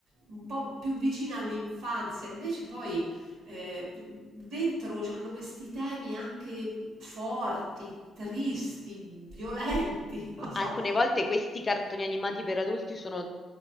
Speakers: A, on the right (about 80°); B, on the left (about 30°).
A: un po' più vicina all'infanzia, invece poi eh, dentro c'hanno questi temi anche forti, tristi, violenti, <laughs>
B: Ma
A: non so.
B: Alcune volte questi cartoni animati per adulti sono